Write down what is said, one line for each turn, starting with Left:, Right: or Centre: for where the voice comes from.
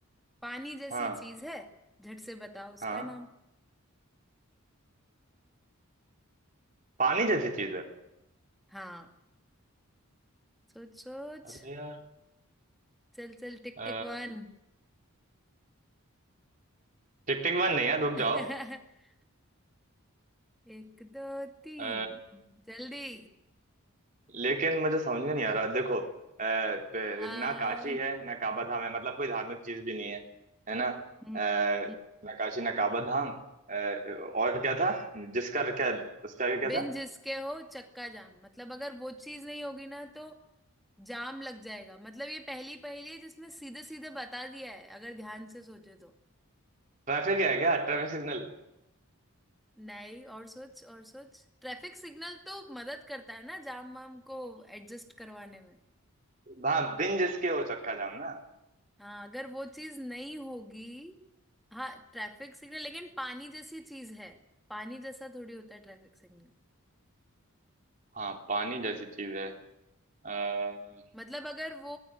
Centre: पानी जैसी
Right: हाँ
Centre: चीज है झट से बताओ उसका
Right: हाँ
Centre: नाम
Right: पानी जैसी चीज है
Centre: हाँ सोच सोच
Right: अरे यार
Centre: चल चल टिक
Right: अ,
Centre: टिक वन
Right: टिक टिक वन नहीं यार रुक
Centre: <laughs>
Right: जाओ
Centre: एक दो तीन
Right: अ,
Centre: जल्दी
Right: लेकिन मुझे समझ में नहीं आ रहा देखो अ, प-
Centre: <laughs> आ,
Right: ना काशी है ना काबा धाम है मतलब कोई धार्मिक चीज भी नहीं है है ना अ,
Centre: बिन
Right: ना काशी ना काबा धाम अ, और क्या था जिसका क्या उसका आगे क्या
Centre: बिन
Right: था
Centre: जिसके हो चक्का जाम मतलब अगर वो चीज नहीं होगी ना तो जाम लग जाएगा मतलब ये पहली पहेली है जिसमें सीधे सीधे बता दिया है अगर ध्यान से सोचे तो।
Right: ट्रैफिक है क्या Traffic signal
Centre: नहीं और सोच और सोच ट्रैफिक सिग्नल तो मदद करता है ना जाम वाम को एडजस्ट करवाने में
Right: हाँ बिन जिसके हो चक्का जाम ना
Centre: हाँ अगर वो चीज नहीं होगी हाँ ट्रैफिक सिग्नल लेकिन पानी जैसी चीज है पानी जैसा थोड़ी होता है ट्रैफिक सिग्नल
Right: हाँ पानी जैसी चीज है आ,
Centre: मतलब अगर वो